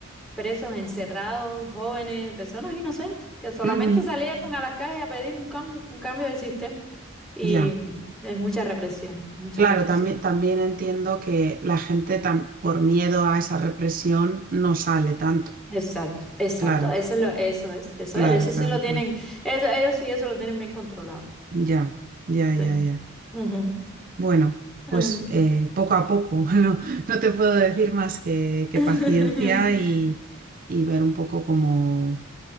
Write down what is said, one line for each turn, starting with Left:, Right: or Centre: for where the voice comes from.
Centre: presos, encerrados, jóvenes, personas inocentes que solamente
Right: Ujú,
Centre: salieron a las calles a pedir un cambio, un cambio del sistema. Y
Right: Ya.
Centre: mm, es mucha represión, mucha
Right: Claro,
Centre: represión.
Right: también, también entiendo que la gente tam- por miedo a esa represión no sale tanto.
Centre: Exacto, exacto,
Right: Claro,
Centre: eso es lo, eso es, eso
Right: claro,
Centre: es, eso
Right: claro,
Centre: sí lo tienen,
Right: claro.
Centre: eso, ellos sí eso lo tienen bien controlado.
Right: Ya, ya, ya,
Centre: Sí.
Right: ya.
Centre: Ujú.
Right: Bueno,
Centre: Mm.
Right: pues eh, poco a poco, <laughs> no, no te puedo decir más que, que
Centre: <laughs>
Right: paciencia y, y ver un poco cómo...